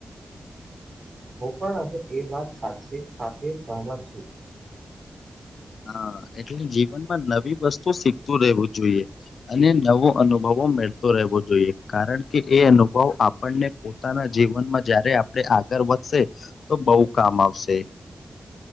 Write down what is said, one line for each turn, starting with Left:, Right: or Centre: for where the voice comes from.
Right: હું પણ હવે એ વાત સાચ સાથે સહમત છું.
Left: હા એટલે જીવનમાં નવી વસ્તુ શીખતું રહેવું જોઈએ. અને નવો અનુભવો મેળતો રહેવો જોઈએ. કારણ કે એ અનુભવ આપણને પોતાના જીવનમાં જયારે આપણે આગળ વધશ તો
Right: કે
Left: બઉુ કામ આવશે.